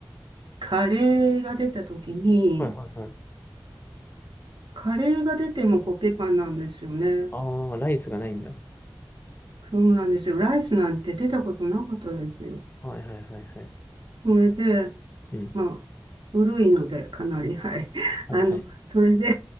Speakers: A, on the right; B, on the left.
A: カレーが出た時に、
B: はいはいはい。
A: カレーが出てもコッペパンなんですよね。
B: ああ、ライスがないんだ。
A: そうなんですよ。ライスなんて出たことなかったですよ。
B: はいはいはいはい。
A: それで、
B: うん。
A: まあ、古いので、かなり、<laughs> はい。<laughs>
B: はいはい。
A: あの、それで、